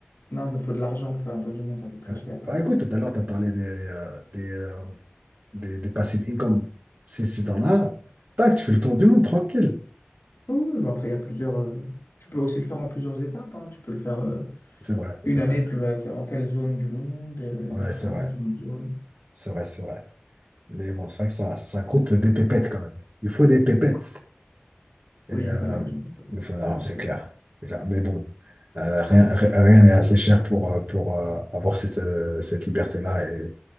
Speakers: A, on the left; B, on the right.
A: Non, mais il faut de l'argent pour faire un tour du monde, ça coûte très
B: Ouais.
A: cher.
B: Bah
A: euh.
B: écoute, tout à l'heure, tu as parlé des, euh, des, euh, des, des passive income. Si, si t'en as, tac, tu fais le tour du monde tranquille.
A: Oui, oui, mais après, il y a plusieurs. euh, Tu peux aussi le faire en plusieurs étapes, hein. Tu peux le faire euh,
B: C'est vrai,
A: une
B: c'est
A: année,
B: vrai.
A: tu vas faire dans telle zone du monde, et, euh, une
B: Ouais,
A: autre
B: c'est
A: année
B: vrai.
A: dans une autre zone.
B: C'est vrai, c'est vrai. Mais bon, c'est vrai que ça, ça coûte des pépettes quand même. Il faut des pépettes. Et
A: Oui,
B: euh,
A: il faut de l'argent. c'est bon.
B: il faut- non,
A: C'est vrai
B: c'est
A: que.
B: clair. C'est clair. Mais bon, euh, rien, ri- rien n'est assez cher pour, euh, pour euh, avoir cette, euh, cette liberté-là et